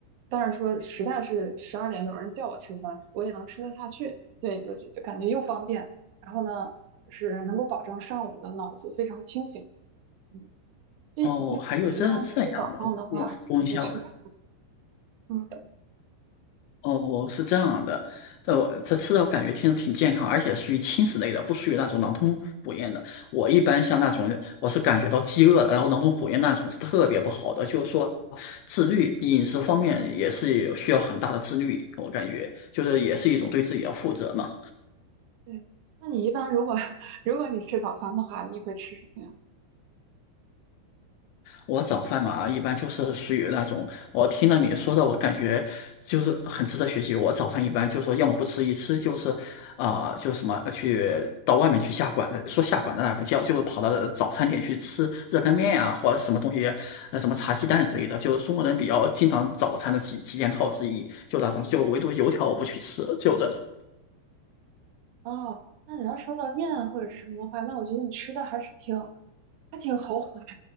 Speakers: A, on the right (about 70°); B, on the left (about 80°).
A: 但是说实在是十二点有人叫我吃饭，我也能吃得下去。对，就就就感觉又方便，然后呢是能够保证上午的脑子非常清醒。嗯就如果你一般吃早饭的话，
B: 哦，还有这这样的功功效啊。
A: 你会吃啥？嗯，
B: 哦，是这样的，这我这吃的我感觉听着挺健康，而且属于轻食类的，不属于那种狼吞虎咽的。我一般像那种，我是感觉到饥饿的，然后狼吞虎咽那种是特别不好的，就是说自律饮食方面也是有需要很大的自律，我感觉就是也是一种对自己的负责嘛。
A: 对。那你一般如果 <laughs> 如果你吃早饭的话，你会吃什么呀？
B: 我早饭嘛，一般就是属于那种，我听了你说的，我感觉就是很值得学习。我早餐一般就说，要么不吃，一吃就是，啊、就什么呃去到外面去下馆子，说下馆子那也不叫，就是跑到早餐店去吃热干面呀、或者什么东西，呃，什么茶鸡蛋之类的，就是中国人比较经常早餐的几几件套之一，就那种，就唯独油条我不去吃，就这种。
A: 哦，那你要说到面啊或者是什么的话，那我觉得你吃的还是挺还挺豪华的，